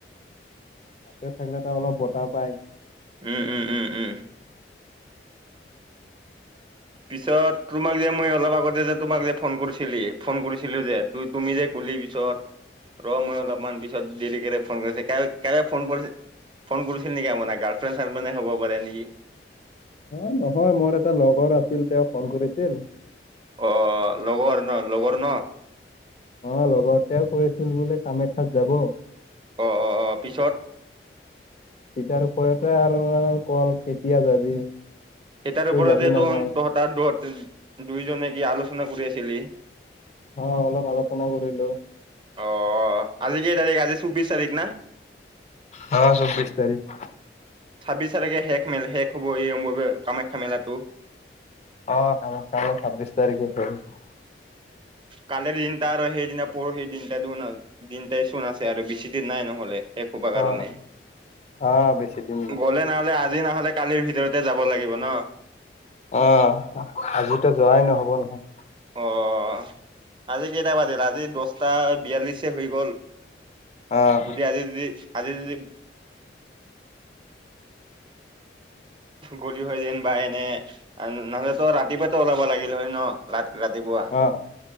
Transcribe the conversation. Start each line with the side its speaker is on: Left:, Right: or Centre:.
Left: বাহিৰত থাকিলেতো অলপ বতাহ পায়।
Right: উম, উম, উম। উম, উম। পিছত তোমাক যে মই অলপ আগতে যে তোমাক যে ফোন কৰিছিলি ফোন কৰিছিলোঁ যে ত' তুমি যে কলি পিছত ৰ মই অলপমান পিছত দেৰিকে ফোন কৰিছে, কাৰাৰে ফোন কৰিছে ফোন কৰিছিল নেকি, গাৰ্ল ফ্ৰেণ্ড হ'ব পাৰে নেকি?
Left: অ' নহয়, মোৰ এটা লগৰ আছিল তেওঁ ফোন কৰিছিল।
Right: অ' লগৰ ন' লগৰ ন'?
Left: অ' লগৰটোৱে কৈ আছিল বোলে কামাখ্যাত যাব।
Right: অ', অ', অ' পিছত?
Left: তেতাৰ ওপৰতে আৰু কল কেতিয়া যাবি।
Right: সেতাৰ
Left: তই
Right: ওপৰতে
Left: যাবি
Right: তহ
Left: না নাই
Right: তহঁতাৰ দৰত দুইজনে কি আলোচনা কৰি আছিলি?
Left: হয় অলপ আলোচনা কৰিলো।
Right: অ' আজি কেই তাৰিখ, আজি চৌব্বিশ তাৰিখ না?
Left: হয় চৌবিশ তাৰিখ।
Right: ছাব্বিচ তাৰিখে শেষ শেষ হ'ব এই অম কামাখ্যা মেলাটো।
Left: অ' কামাখ্যা মেলা ছাব্বিশ তাৰিখে শেষ হ'ব।
Right: কালিৰ দিনটা আৰু সেইদিনা পৰোহি সেই দিনটা ধন আৰু দিনটাই চোন আছে আৰু বেছি দিন নাই নহ'লে। শেষ হবই
Left: অ
Right: মানে।
Left: অ বেছি দিন নাই
Right: গ'লে নহ'লে আজি নহ'লে কালিৰ ভিতৰতে যাব লাগিব ন'?
Left: অ' আজিতো যোৱাই নহ'ব নহয়।
Right: অ' আজি কেইটা বাজিল আজি দহটা বিয়াল্লিশে হৈ গ'ল।
Left: অ অ
Right: যদি আজি যদি আজি যদি গলি হয় যেন বা এনে নহলে তো ৰাতিপুৱাতো ওলাব লাগিল হয় ন ৰা ৰাতিপুৱা
Left: অ',